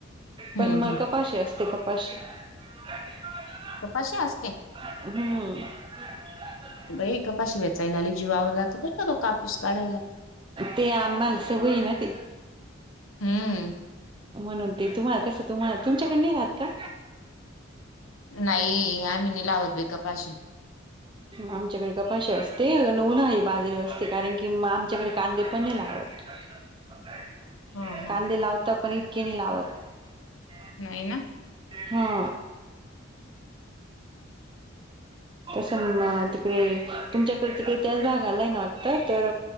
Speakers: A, on the left; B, on the right.
A: हम्म
B: पण मक
A: हम्म
B: पाशी असत ते कपा शी <unintelligible>
A: कपाशी असते?
B: हम्म. ह <unintelligible>
A: बाई कपाशी वेचायला लई जीवावर राहत बरं का तो कापूस काढायला
B: ते आम्हाला सवय येना ते.
A: हम्म.
B: म्हणून ते तुम्हाला कसं तुम्हाला तुमच्याकड नाही राहात का?
A: नाही आम्ही नि लावत बाई कपाशी
B: आमच्याकडे कपाशी असते उन्हाळी बाजारी असते कारण की आमच्याकडे कांदे पण नाही लावत. आहे
A: हा हा
B: <unintelligible> कांदे लावता पण इतके नाही लावत
A: नाही ना.
B: हा. चम तिकडे तुमच्याकडे तिकडे त्याच भागालाय ना वाटत तर